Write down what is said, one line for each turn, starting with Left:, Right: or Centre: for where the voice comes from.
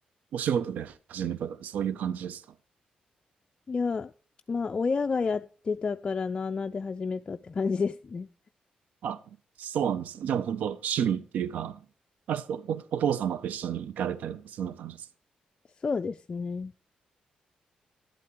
Right: お仕事で始めたとか、そういう感じですか
Left: いや、まあ、親がやってたからなあなあで始めたって感じですね。
Right: あ、そうなんです。じゃあもう本当趣味っていうか、あれですか、お、お父様と一緒に行かれたりとか、そんな感じですか
Left: そうですね。